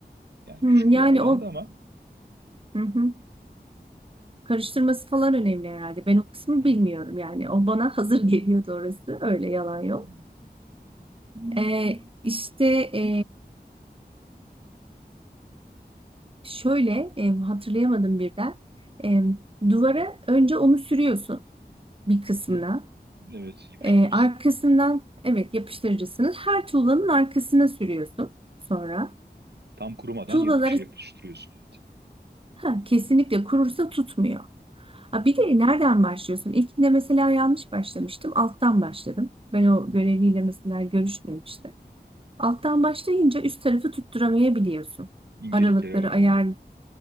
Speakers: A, on the right; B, on the right.
A: Yani
B: Hmm,
A: küçük
B: yani
A: bir alanda
B: o
A: ama
B: hı hı. Karıştırması falan önemli herhalde. Ben o kısmı
A: Hı,
B: bilmiyorum yani. O bana <laughs> hazır geliyordu orası. Öyle yalan yok.
A: anladım.
B: Ee, işte e, Şöyle em, hatırlayamadım birden. Em, duvara önce onu sürüyorsun bir kısmına.
A: Hı, evet yapıştırıcısı.
B: E, arkasından evet yapıştırıcısını her tuğlanın arkasına sürüyorsun sonra.
A: Tam kurumadan
B: Tuğlaları
A: yap şey yapıştırıyorsun. Evet.
B: ha, kesinlikle kurursa tutmuyor. Ha, bir de nereden başlıyorsun? İlkinde mesela yanlış başlamıştım. Alttan başladım. Ben o
A: Hı,
B: göreviyle mesela görüşmemiştim. Alttan başlayınca üst tarafı tutturamayabiliyorsun.
A: incelikleri
B: Aralıkları
A: var yani.